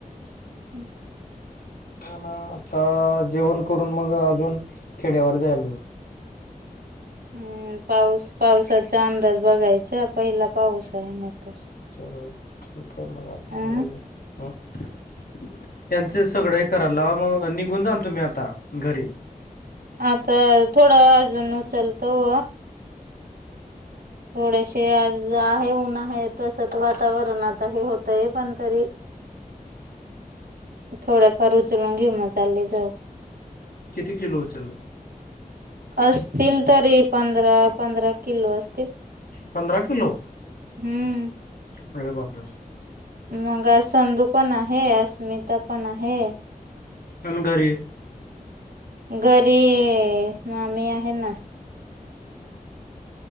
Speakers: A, on the right; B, on the left.
A: हम्
B: ना आता जेवण करून मग अजून खेड्यावर जाईल मग
A: हम्म पाऊस पावसाचा अंदाज बघायचा पहिला पाऊस आहे म तर
B: चल ठीक आहे मला
A: अं
B: बघू ह - त्यांचं सगळं हे करायला लावा मग निघून जाण तुम्ही आता घरी
A: आता थोडं अजून चालत ओ थोडेशी आज आहे ऊन आहे तसत वातावरण आता हे होतय पण तरी थोड्याफार उचलून घेऊ मग चालली जाऊ
B: किती किलो उचलं?
A: असतील तरी पंधरा पंधरा किलो अस? तील
B: पंधरा किलो
A: हम्म
B: अरे बापरे
A: मग अ संधू पण आहे अस्मिता पण आहे.
B: अन घरी?
A: घरी मामी आहे ना?